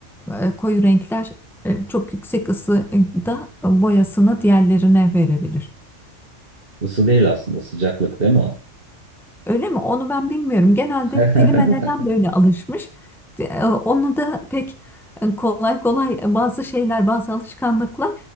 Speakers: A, in the centre; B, on the right.
A: e, koyu renkler e, çok yüksek ısıda boyasını diğerlerine verebilir.
B: ısı değil aslında sıcaklık değil mi o?
A: Öyle mi? Onu ben bilmiyorum. Genelde
B: <laughs>
A: dilime neden böyle alışmış? De- e, Onu da pek e, kolay kolay e, bazı şeyler, bazı alışkanlıklar